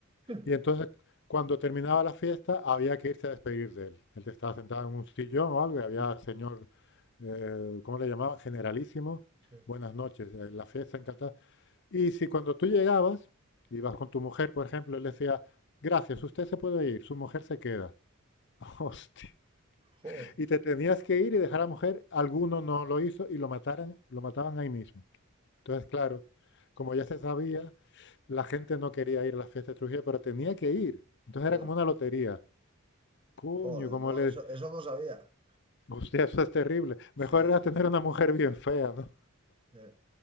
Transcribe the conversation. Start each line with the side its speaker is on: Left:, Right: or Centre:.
Left: Y
Right: <laughs>
Left: entonces, cuando terminaba la fiesta, había que irse a despedir de él. Él estaba sentado en un sillón o algo, y había
Right: Sí,
Left: el señor, eh, ¿cómo le llamaba? Generalísimo.
Right: sí.
Left: Buenas noches, eh, la fiesta encantada. Y si cuando tú llegabas, ibas con tu mujer, por ejemplo, él decía, gracias, usted se puede ir, su mujer se queda. <laughs> Hostia.
Right: Joder,
Left: Y te tenías que ir y dejar a la mujer, alguno no lo hizo y lo mataran, lo mataban ahí mismo. Entonces, claro, como ya se sabía, la gente no quería ir a la fiesta de Trujillo, pero tenía que ir. Entonces
Right: joder,
Left: era como una lotería. Puño,
Right: joder,
Left: como
Right: no,
Left: le...
Right: eso, eso no sabía.
Left: Usted, eso es terrible.
Right: Sí,
Left: Mejor era
Right: sí.
Left: tener una mujer bien fea, ¿no?
Right: eh.